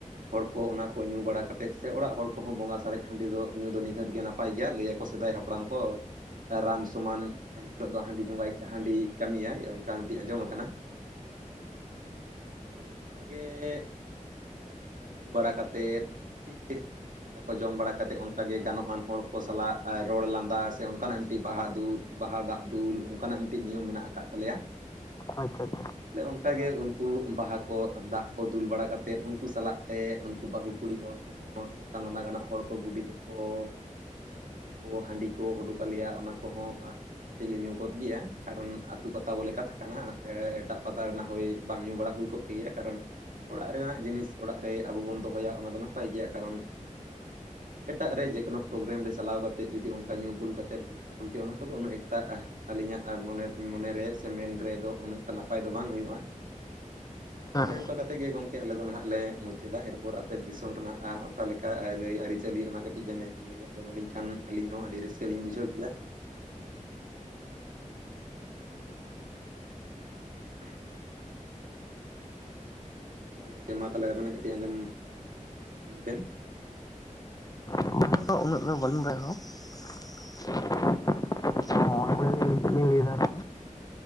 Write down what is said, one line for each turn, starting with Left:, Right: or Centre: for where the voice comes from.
Right: ᱦᱚᱲ ᱠᱚ ᱚᱱᱟ ᱠᱚ ᱧᱩ ᱵᱟᱲᱟ ᱠᱟᱛᱮᱫ, ᱥᱮ ᱚᱲᱟᱜ ᱦᱚᱲ ᱠᱚᱦᱚᱸ ᱵᱚᱸᱜᱟ ᱥᱟᱨᱮᱡ ᱦᱟᱺᱰᱤ ᱫᱚ ᱧᱩ ᱫᱚ ᱱᱤᱦᱟᱹᱛ ᱜᱮ ᱱᱟᱯ ᱯᱟᱭ ᱜᱮᱭᱟ, ᱞᱟᱹᱭᱟᱠᱚ ᱥᱮᱫᱟᱭ ᱦᱟᱯᱲᱟᱢ ᱠᱚ ᱨᱟᱱ ᱥᱚᱢᱟᱱ ᱮᱱ ᱦᱤᱞᱳᱜ ᱫᱚ ᱦᱟᱺᱰᱤ <inaudible> ᱵᱚᱸᱜᱟᱭ ᱦᱟᱺᱰᱤ ᱠᱟᱹᱢᱤᱭᱟᱭ ᱚᱱᱠᱟ ᱢᱤᱫᱴᱤᱡ ᱟᱸᱡᱚᱢ ᱟᱠᱟᱱᱟ ᱾ ᱦᱮᱸ ᱛᱟᱦᱚᱞᱮ ᱚᱱᱠᱟᱜᱮ <unintelligible> ᱻ ᱧᱩ ᱵᱟᱲᱟ ᱠᱟᱛᱮᱫ ᱴᱷᱤᱠ <unintelligible> ᱠᱚ ᱡᱚᱢ ᱵᱟᱲᱟ ᱠᱟᱛᱮ ᱚᱱᱠᱟᱟᱜᱮ ᱜᱟᱱᱚᱜᱼᱟᱱ ᱦᱚᱲ ᱠᱚ ᱥᱟᱞᱟᱜ ᱨᱚᱲ ᱞᱟᱱᱼᱼ ᱵᱟᱦᱟ ᱥᱮ ᱚᱱᱠᱟᱱᱟᱜ ᱢᱤᱫᱴᱤᱡ ᱵᱟᱦᱟ ᱫᱩᱞ, ᱵᱟᱦᱟ ᱫᱟᱜ ᱫᱩᱞ ᱚᱱᱠᱟᱱᱟᱜ ᱢᱤᱫᱴᱤᱡ ᱱᱤᱭᱚᱢ ᱢᱮᱱᱟᱜ ᱟᱠᱟᱫ ᱛᱟᱞᱮᱭᱟ ᱾
Left: ᱟᱪᱪᱷᱟ ᱟᱪᱪᱷᱟ ᱾
Right: ᱮ ᱚᱱᱠᱟ ᱜᱮ ᱩᱱᱠᱩ ᱵᱟᱦᱟ ᱠᱚ ᱫᱟᱜ ᱠᱚ ᱫᱩᱞ ᱵᱟᱲᱟ ᱠᱟᱛᱮᱫ ᱩᱱᱠᱩ ᱥᱟᱞᱟᱜ ᱛᱮ, ᱩᱱᱠᱩ ᱵᱟᱹᱦᱩ ᱠᱩᱲᱤ ᱦᱚᱲ ᱠᱚᱼᱼ ᱥᱮ ᱚᱱᱠᱟ ᱞᱟᱸᱫᱟ ᱜᱟᱱᱚᱜ ᱦᱚᱲ ᱠᱚ, ᱵᱩᱰᱤ ᱛᱮᱠᱚ, ᱦᱮᱸ ᱩᱱᱠᱩ ᱠᱚ ᱦᱟᱺᱰᱤᱼᱼ ᱠᱚ ᱚᱰᱚᱠ ᱟᱞᱮᱭᱟ ᱚᱱᱟ ᱠᱚ ᱦᱚᱸ ᱦᱟᱸᱜᱼᱼ ᱠᱟᱹᱴᱤᱡ ᱞᱮ ᱧᱩ ᱜᱚᱫ ᱜᱮᱭᱟ, ᱠᱟᱨᱚᱱ ᱟᱛᱩ ᱯᱟᱛᱟ ᱵᱚᱞᱮ ᱠᱟᱛᱷᱟ ᱠᱟᱱᱟ ᱮᱴᱟᱜ ᱯᱟᱛᱟ ᱨᱮᱱᱟᱜ ᱦᱳᱭ ᱵᱟᱝ ᱧᱩ ᱵᱟᱲᱟ ᱦᱩᱭ ᱠᱚᱜᱼᱼ ᱜᱮᱭᱟ, ᱠᱟᱨᱚᱱ ᱚᱲᱟᱜ ᱨᱮᱱᱟᱜ ᱡᱤᱱᱤᱥ ᱚᱲᱟᱜ ᱨᱮ ᱟᱵᱚ ᱵᱚᱱ ᱫᱚᱦᱚᱭᱟ ᱚᱱᱟ ᱫᱚ ᱱᱟᱯᱟᱭ ᱜᱮᱭᱟ, ᱠᱟᱨᱚᱱᱼᱼ ᱮᱴᱟᱜ ᱨᱮ ᱡᱮᱠᱳᱱᱳ ᱯᱨᱳᱜᱨᱟᱢ ᱨᱮ ᱪᱟᱞᱟᱣ ᱠᱟᱛᱮᱫ ᱡᱩᱫᱤ ᱚᱱᱠᱟ ᱧᱩ ᱵᱩᱞ ᱠᱟᱛᱮᱫᱼᱼ ᱜᱩᱞᱴᱤ ᱚᱱᱟ ᱠᱚᱫᱚ ᱩᱱᱟᱹᱜ ᱮᱠᱛᱟ ᱟᱹᱞᱤᱧᱟᱜ ᱢᱚᱱᱮ, ᱢᱚᱱᱮ ᱨᱮ ᱥᱮ ᱢᱮᱱ ᱨᱮᱫᱚ ᱩᱱᱟᱹᱜᱼᱼ ᱱᱟᱯᱟᱭ ᱫᱚ ᱵᱟᱝ ᱦᱩᱭᱩᱜᱼᱟ,
Left: ᱦᱮᱸ
Right: ᱚᱱᱮ ᱚᱱᱠᱟ ᱠᱟᱛᱷᱟ ᱾ ᱟᱱᱛᱮᱫ ᱜᱮ ᱜᱚᱢᱠᱮ ᱟᱞᱮ ᱫᱚ ᱱᱟᱦᱟᱜ ᱞᱮ ᱢᱩᱪᱟᱹᱫᱟ ᱮᱨᱯᱚᱨ ᱟᱯᱮ ᱫᱤᱥᱚᱢ ᱨᱮᱱᱟᱜ ᱚ ᱚᱠᱟ ᱞᱮᱠᱟ ᱟ ᱟᱹᱨᱤᱪᱟᱹᱞᱤ ᱚᱱᱟ ᱠᱟᱹᱴᱤᱡ ᱵᱤᱱᱼᱼ ᱞᱟᱹᱭ ᱟᱸᱡᱚᱢ ᱟᱹᱞᱤᱧ ᱠᱷᱟᱱ ᱟᱹᱞᱤᱧ ᱦᱚᱸ ᱟᱹᱰᱤ ᱨᱟᱹᱥᱠᱟᱹ ᱞᱤᱧ ᱵᱩᱡᱷᱟᱹᱣ ᱠᱮᱭᱟ ᱾ <inaudible> ᱦᱮᱸ ᱜᱚᱝᱠᱮ ᱢᱟ ᱛᱟᱦᱚᱞᱮ ᱟᱵᱮᱱᱟᱜ ᱠᱟᱹᱴᱤᱡ ᱟᱸᱡᱚᱢ ᱟᱹᱞᱤᱧ ᱵᱮᱱ
Left: <unintelligible> <unintelligible>